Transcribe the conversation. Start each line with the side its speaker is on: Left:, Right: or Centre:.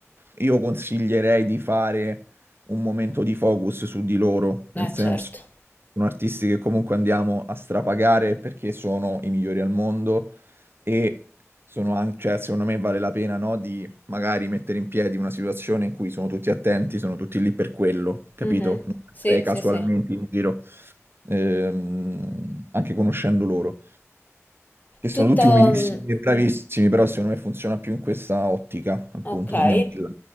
Right: io consiglierei di fare un momento di focus su di loro,
Left: eh,
Right: nel senso
Left: certo.
Right: sono artisti che comunque andiamo a strapagare perché sono i migliori al mondo e sono anche, cioè, secondo me vale la pena, no, di magari mettere in piedi una situazione in cui sono tutti attenti, sono tutti lì per quello, capito?
Left: Mhm.
Right: Non
Left: Sì,
Right: metterei casualmente
Left: sì, sì.
Right: in giro, ehm, anche conoscendo loro che sono
Left: Tutto,
Right: tutti umilissimi
Left: mm,
Right: e bravissimi, però secondo me funziona più in questa ottica, appunto,
Left: ok.
Right: se andiamo di là.